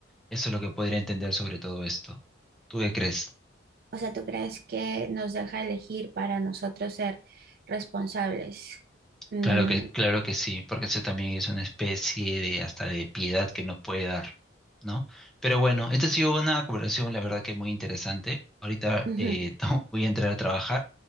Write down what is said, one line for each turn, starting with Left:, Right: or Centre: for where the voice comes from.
Centre: Eso es lo que podría entender sobre todo esto. ¿Tú qué crees?
Right: O sea, ¿tú crees que nos deja elegir para nosotros ser responsables? Mm,
Centre: Claro que, claro que sí, porque eso también es una especie de hasta de piedad que nos puede dar, ¿no? Pero bueno, esta ha sido una conversación, la verdad que muy interesante. Ahorita
Right: ujú.
Centre: eh, <laughs> tengo- voy a entrar a trabajar